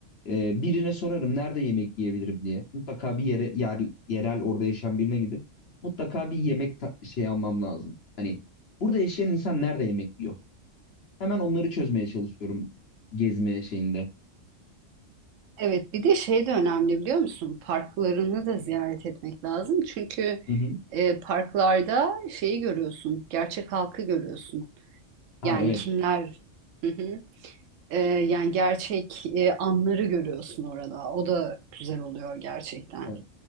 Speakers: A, on the left; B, on the right.
A: e, birine sorarım nerede yemek yiyebilirim diye. Mutlaka bir yere yer, yerel orada yaşayan birine gidip mutlaka bir yemek ta- şey almam lazım. Hani burada yaşayan insan nerede yemek yiyor? Hemen onları çözmeye çalışıyorum gezme şeyinde.
B: Evet, bir de şey de önemli biliyor musun? Parklarını da ziyaret etmek lazım. Çünkü
A: Hı hı.
B: e, parklarda şeyi görüyorsun, gerçek halkı görüyorsun.
A: Ha
B: Yani
A: evet.
B: kimler, hı hı. E, yani gerçek e, anları görüyorsun orada. O da güzel oluyor gerçekten.
A: E,